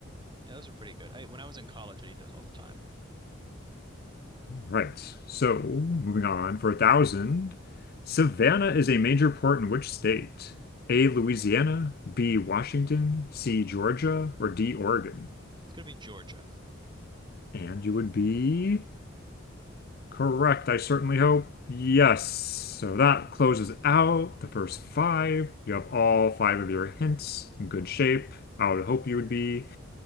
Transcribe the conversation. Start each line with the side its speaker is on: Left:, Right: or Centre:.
Right: Yeah, those are pretty good. I, when I was in college, I'd eat those all the time.
Left: Right. So moving on for a thousand, Savannah is a major port in which state? A. Louisiana, B. Washington, C. Georgia, or D. Oregon?
Right: It's gonna be Georgia.
Left: And you would be Correct, I certainly hope. Yes. So that closes out the first five. You have all five of your hints in good shape. I would hope you would be.